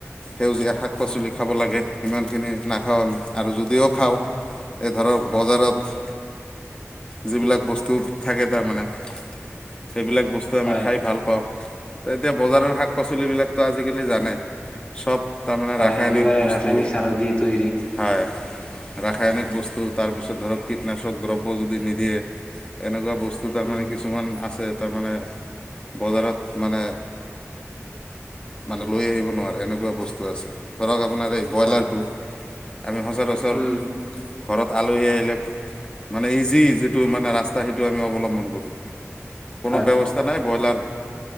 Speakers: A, on the left; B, on the left.
A: সেউজীয়া শাক-পাচলি খাব লাগে সিমানখিনি নাখাওঁ আমি আৰু যদিও খাওঁ এই ধৰক বজাৰত যিবিলাক বস্তু থাকে তাৰমানে সেইবিলাক বস্তু আমি
B: হয়,
A: খাই ভাল পাওঁ ত এতিয়া বজাৰৰ শাক পাচলিবিলাকতো আজিকালি জানে চব তাৰমানে
B: হয়,
A: ৰাসায়নিক
B: একেবাৰে ৰাসায়নিক
A: বস্তু
B: সাৰ দিয়ে দি তৈয়াৰী
A: হয় ৰাসায়নিক বস্তু তাৰপিছত ধৰক কীটনাশক দ্ৰব্য যদি নিদিয়ে, এনেকুৱা বস্তু তাৰমানে
B: উম,
A: কিছুমান আছে তাৰমানে বজাৰত মানে, মানে লৈ আহিব নোৱাৰে এনেকুৱা বস্তু আছে ধৰি লোক আপোনাৰ এই বয়লাৰ
B: হয়।
A: টো আমি সচৰাচৰ
B: উম।
A: ঘৰত আলহী আহিলে মানে ইজি যিটো মানে ৰাস্তা সেইটো আমি অৱলম্বন কৰোঁ। কোনো
B: হয়,
A: ব্যৱস্থা নাই ব্ৰইলাৰ